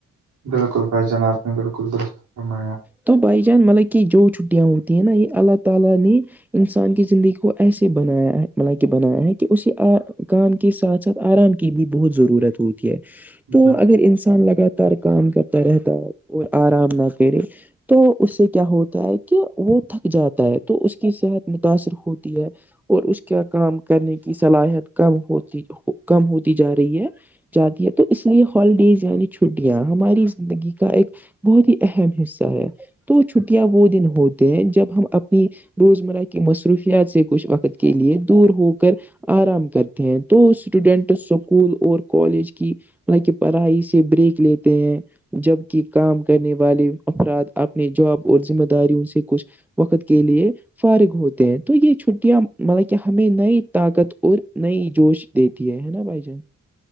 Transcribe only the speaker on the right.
بالکل بھائی جناب نے بالکل درست فرمایا
بالکل